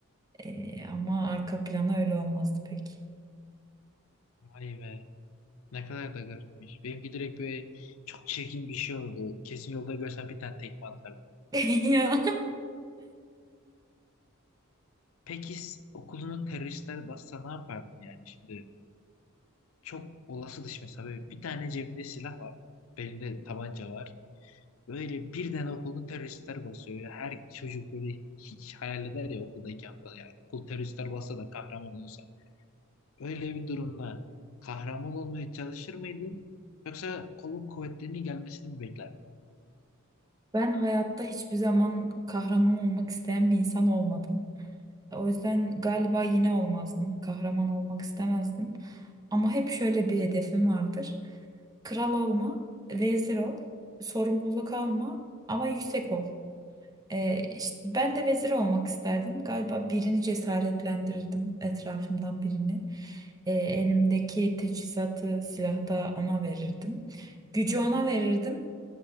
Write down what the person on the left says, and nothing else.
Vay be. Ne kadar da garipmiş. Benimki direkt böyle çok çirkin bir şey oldu. Kesin yolda görsem bir tane tekme atardım.
Peki s- okulunu teröristler bassa ne yapardın yani şimdi? Çok olası dışı mesela böyle bir tane cebinde silah var. Belinde tabanca var. Böyle birden okulunu teröristler basıyor ya. Her çocuk böyle hiç hayal eder ya okuldayken falan. Yani okul teröristler bassa da kahraman olursa. Öyle bir durumda kahraman olmaya çalışır mıydın? Yoksa kolluk kuvvetlerinin gelmesini mi beklerdin?
Oo,